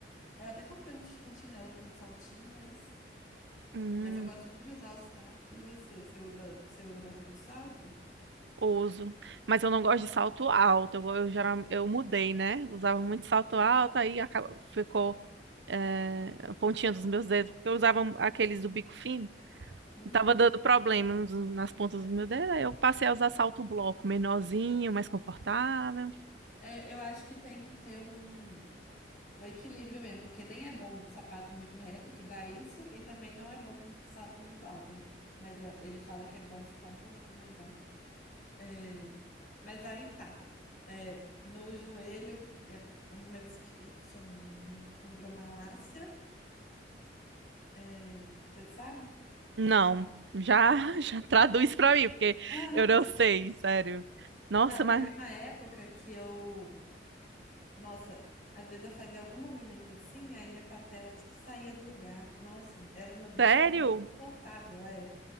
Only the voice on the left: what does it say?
Aí eu até comprei um, um chinelo com um saltinho, mas,
mas eu gosto muito de usar os tá E você? Você usa, você usa bastante salto?
Uhum.
É, eu acho que tem que ter um, um equilíbrio mesmo, porque nem é bom sapato muito reto, que dá isso, e também não é bom salto muito alto. né? Mas eu- ele fala que é bom ficar um pouquinho mais alto. É, mas aí tá. É, no joelho, é, o meu esquerdo, se eu não me engano, tem condromalácia. É, você sabe?
<laughs>
Não,
teve uma época que eu, nossa, às vezes eu fazia algum movimento assim, aí minha patela, tipo, saía do lugar. Nossa, era uma dor
insuportável, é.